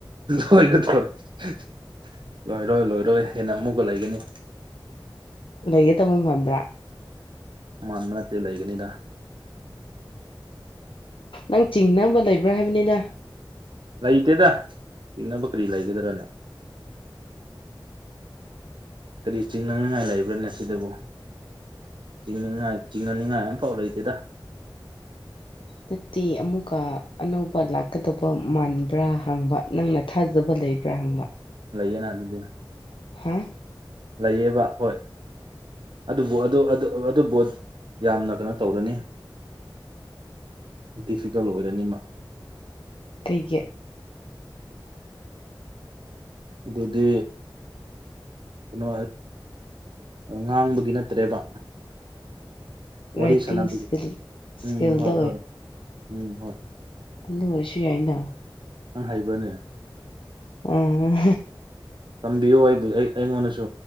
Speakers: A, on the right; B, on the left.
A: ꯂꯣꯏꯒꯗꯧꯔꯦ ꯂꯣꯏꯔꯣꯏ ꯂꯣꯏꯔꯣꯏ ꯍꯦꯟꯅ ꯑꯃꯨꯛꯀ ꯂꯩꯒꯅꯤ
B: ꯂꯩꯒꯗꯕ ꯃꯥꯟꯕ꯭ꯔꯥ
A: ꯃꯥꯟꯕ ꯅꯠꯇꯦ ꯂꯩꯒꯅꯤꯗ
B: ꯅꯪ ꯆꯤꯡꯅꯕ ꯂꯩꯕ꯭ꯔꯥ ꯍꯥꯏꯕꯅꯤꯗ
A: ꯂꯩꯇꯦꯗ ꯆꯤꯡꯅꯕ ꯀꯔꯤ ꯂꯩꯒꯗ꯭ꯔꯥꯅꯦ ꯀꯔꯤ ꯆꯤꯡꯅꯅꯤꯉꯥꯏ ꯂꯩꯕ꯭ꯔꯥꯅꯦ ꯁꯤꯗꯕꯨ ꯆꯤꯡꯅꯤꯡꯉꯥꯏ ꯆꯤꯡꯅꯅꯤꯡꯉꯥꯏ ꯑꯃꯐꯥꯎ ꯂꯩꯇꯦꯗ
B: ꯅꯠꯇꯦ ꯑꯃꯨꯛꯀ ꯑꯅꯧꯕ ꯂꯥꯛꯀꯗꯧꯕ ꯃꯥꯟꯕ꯭ꯔꯥ ꯍꯪꯕ ꯅꯪ ꯅ ꯊꯥꯖꯕ ꯂꯩꯕ꯭ꯔꯥ ꯍꯪꯕ
A: ꯂꯩꯌꯦꯅ ꯑꯗꯨꯗꯤ
B: <unintelligible>
A: ꯂꯩꯌꯦꯕ ꯍꯣꯏ ꯑꯗꯨꯕꯨ ꯑꯗꯨꯕꯨ ꯌꯥꯝꯅ ꯀꯩꯅꯣ ꯇꯧꯔꯅꯤ ꯗꯤꯐꯤꯀꯜꯠ ꯑꯣꯏꯔꯅꯤꯃ
B: ꯀꯩꯒꯤ
A: ꯑꯗꯨꯗꯤ ꯀꯩꯅꯣ ꯉꯥꯡꯕꯒꯤ ꯅꯠꯇ꯭ꯔꯦꯕ ꯋꯥꯔꯤ
B: ꯔꯥꯏꯇꯤꯡ
A: ꯁꯥꯟꯅꯕꯤꯒꯦ
B: ꯏꯁꯀꯤꯜ ꯏꯁꯀꯤꯜꯗ
A: ꯎꯝ ꯍꯣꯏ ꯍꯣꯏ ꯎꯝ ꯍꯣꯏ
B: ꯑꯗꯨꯑꯣꯏꯁꯨ ꯌꯥꯏꯅ
A: ꯑꯪ ꯍꯩꯕꯔꯅꯦ
B: ꯎꯝ
A: ꯇꯝꯕꯤꯌꯨ ꯑꯩꯕꯨ ꯑꯩ ꯑꯩꯉꯣꯟꯗꯁꯨ